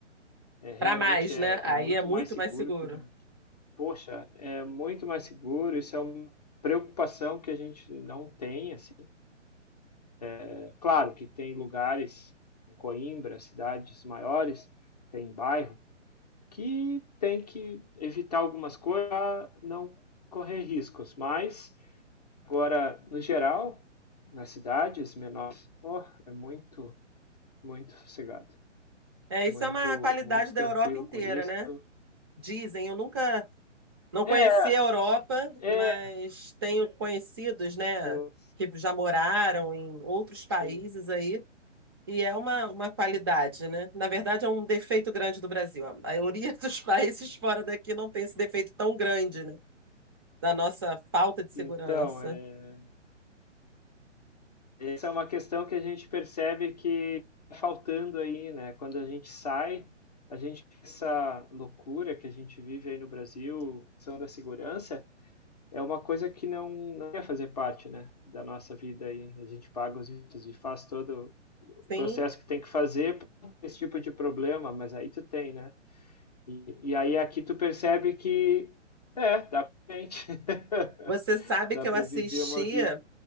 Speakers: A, on the left (about 35°); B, on the right (about 20°).
A: É, realmente
B: Para mais,
A: é,
B: né? Aí
A: é muito
B: é muito
A: mais seguro
B: mais seguro.
A: que o Brasil. Poxa, é muito mais seguro, isso é uma preocupação que a gente não tem, assim. É claro que tem lugares em Coimbra, cidades maiores, tem bairros que tem que evitar algumas coisas para não correr riscos. Mas, agora, no geral, nas cidades menores, oh, é muito, muito sossegado.
B: É,
A: Muito,
B: isso é uma qualidade
A: muito
B: da
A: tranquilo
B: Europa inteira,
A: com isso.
B: né? Dizem, eu nunca não
A: É,
B: conheci a Europa,
A: é,
B: mas tenho conhecidos, né,
A: pô,
B: que já moraram em outros países
A: sim.
B: aí, e é uma, uma qualidade, né? Na verdade, é um defeito grande do Brasil. A maioria <laughs> dos países fora daqui não tem esse defeito tão grande, né? Da nossa falta de segurança.
A: Então, é, essa é uma questão que a gente percebe que tá faltando aí, né? Quando a gente sai, a gente essa loucura que a gente vive aí no Brasil, questão da segurança, É uma coisa que não, não ia fazer parte, né, da nossa vida aí. A gente paga os impostos e faz todo
B: Sim,
A: o processo que tem que fazer pra esse tipo de problema, mas aí tu tem, né? E, e aí aqui tu percebe que é, dá pra gente. <laughs>
B: você sabe
A: Dá
B: que eu
A: pra
B: assisti.
A: viver uma vida.